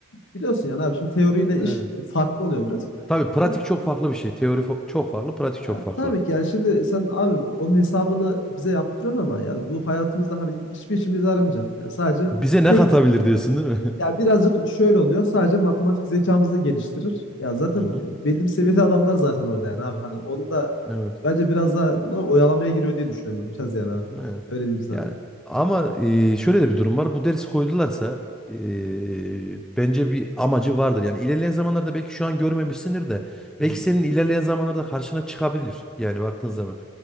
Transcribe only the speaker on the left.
e, biliyorsun yani abi şimdi teoriyle
iş e, farklı oluyor biraz.
E, e,
ya
tabii ki yani şimdi sen abi onun hesabını bize yaptırıyorsun ama yani bu hayatımızda hani hiçbir işimize yaramayacak. Yani sadece
tek
ya birazcık şöyle oluyor. Sadece matematik zekamızı da geliştirir. Ya zaten
belli bir seviyede adamlar zaten orada yani abi. Hani onu da
bence biraz daha ne, oyalamaya giriyor diye düşünüyorum ben. Biraz yani abi.
Öyle diyeyim sana.
Hı
hı.